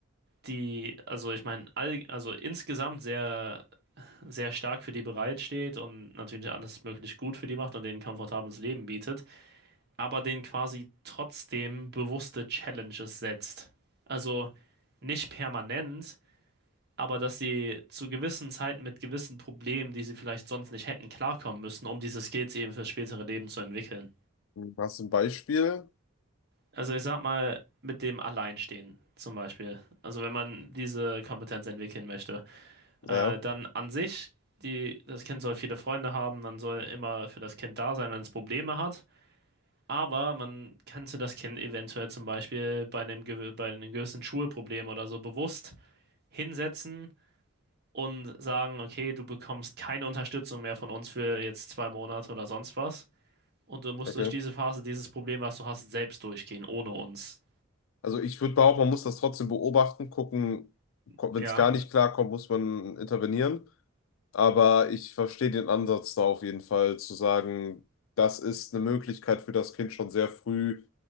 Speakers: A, on the right; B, on the left.
A: die, also ich meine, all, also insgesamt sehr sehr stark für die bereitsteht und natürlich alles möglich gut für die macht und denen ein komfortables Leben bietet, aber denen quasi trotzdem bewusste Challenges setzt. Also nicht permanent, aber dass sie zu gewissen Zeiten mit gewissen Problemen, die sie vielleicht sonst nicht hätten, klarkommen müssen, um diese Skills eben fürs spätere Leben zu entwickeln.
B: hast du ein Beispiel?
A: Also ich sag mal, mit dem Alleinstehen zum Beispiel. Also wenn man diese Kompetenz entwickeln möchte.
B: Ja,
A: Äh, dann an sich, die, das Kind soll viele Freunde haben, man soll immer für das Kind da sein, wenn es Probleme hat. Aber man könnte das Kind eventuell zum Beispiel bei einem, gew- bei einem gewissen Schulproblem oder so bewusst hinsetzen und sagen, okay, du bekommst keine Unterstützung mehr von uns für jetzt zwei Monate oder sonst was. Und du musst
B: okay.
A: durch diese Phase, dieses Problem, was du hast, selbst durchgehen, ohne uns.
B: Also ich würde behaupten, man muss das trotzdem beobachten, gucken, wenn
A: Ja,
B: es gar nicht klarkommt, muss man intervenieren. Aber ich verstehe den Ansatz da auf jeden Fall, zu sagen, das ist eine Möglichkeit für das Kind schon sehr früh,